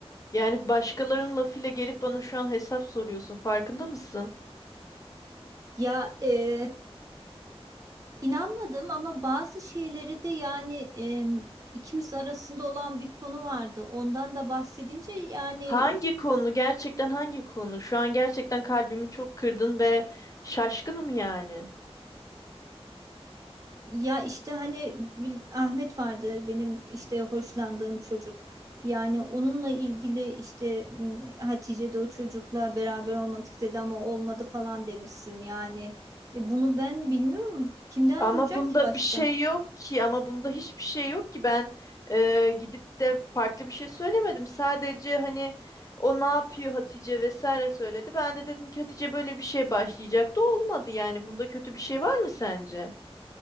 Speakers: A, on the left; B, on the right.
A: Yani başkalarının lafıyla gelip bana şu an hesap soruyorsun. Farkında mısın?
B: ya eee, inanmadım ama bazı şeyleri de yani eee, ikimiz arasında olan bir konu vardı. Ondan da bahsedince yani
A: Hangi konu? Gerçekten hangi konu? Şu an gerçekten kalbimi çok kırdın ve şaşkınım yani.
B: Ya işte hani Gül- Ahmet vardı benim işte hoşlandığım çocuk. Yani onunla ilgili işte m, Hatice de o çocukla beraber olmak istedi ama olmadı falan demişsin. Yani e, bunu ben bilmiyorum. Kimden
A: Ama
B: duyacak
A: bunda
B: ki başka?
A: bir şey yok ki. Ama bunda hiçbir şey yok ki. Ben e, gidip de farklı bir şey söylemedim. Sadece hani o ne yapıyor Hatice vesaire söyledi. Ben de dedim ki Hatice böyle bir şey başlayacaktı. Olmadı yani. Bunda kötü bir şey var mı sence?